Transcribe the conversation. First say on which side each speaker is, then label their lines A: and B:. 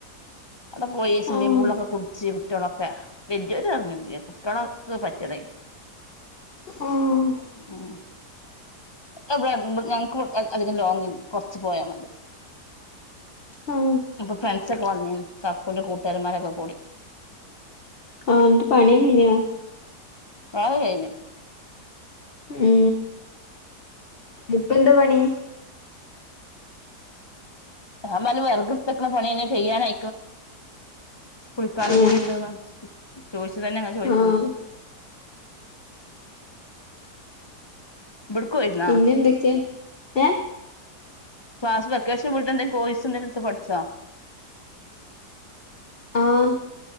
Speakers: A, on the left; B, on the left.
A: അവിടെ പോയി സ്വിമ്മിംഗപൂളിലൊക്കെ
B: ആഹ്
A: കുളിച്ച് കുട്ടിളൊക്കെ വെല്ലിയോര് ഇറങ്ങെന്നല്ല കുട്ടികള ഒക്കെ പറ്റിയതന്
B: ആഹ്
A: ഉംഹ് അ ഇവിടെ അടു ഞങ്ങക്ക് അധികം ലോങ്ങില്ല കുറച്ച് പോയാ മതി
B: ആഹ്
A: ഇപ്പൊ ഫ്രണ്ട്സക്കെവന്നെന് കാക്കൂന്റെ കൂട്ടുകരോമാരൊക്കെ കൂടി
B: ആഹ് എന്നിട്ട് പണി കഴിഞ്ഞോ
A: ആഹ് കഴിഞ്ഞു
B: മ് ഇപ്പന്താ പണി.
A: ഞാൻ പറഞ്ഞു വെറക് ട്ത്തക്ക്ണ പണിയങ്ങ് ചെയ കുളിക്കാനും
B: ഏഹ്
A: കൂടി ഇണ്ട്ന്ന് ചോയിച്ചതന്നെ അങ്ങെ ചോയിക്ക്ണ്.
B: ആഹ്
A: <unintelligible>
B: പിന്നെന്തൊക്കെയാ ഏഹ്ഹ്
A: ക്ലാസ് വെക്കേഷനയിട്ട കോയിസ്ങ്ക എന്തേലും എടുത് പഠിച്ചോ
B: ആഹ